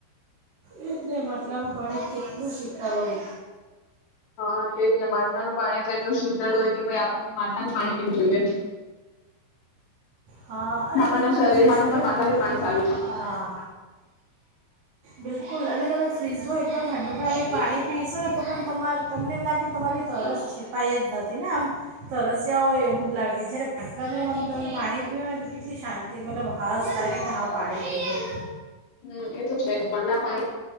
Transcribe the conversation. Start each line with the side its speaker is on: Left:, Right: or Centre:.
Right: ઈ જ ને માટલાનું પાણી કેટલું શીતલ હોય.
Left: હ એજ ને માટલાનું પાણી તો એટલું શીતળ હોય કે ભાઈ આપણને માટલાનું પાણી પીવું જોઈએ.
Right: હા અને
Left: આપણના
Right: જો તમે
Left: શરીર
Right: ફ્રીઝ
Left: માટે
Right: તો
Left: પણ માટલાનું પાણી સારું છે
Right: હા બિલકુલ અને તમે ફ્રીઝમાં એકદમ ઠંડુ પાણી પાણી પીશો ને તો પણ તમા તમને એમ લાગે તમારી તરસ છીપાઈ જ નથી ને આમ તરસિયા હોય એવું જ લાગે જ્યારે માટલાનું આમ તમે પાણી પીઓ ને તો કેટલી શાંતિ મતલબ હાસ થાય ને કે હા પાણી પીધું.
Left: હમ એ તો છે જ માટલાના પાણી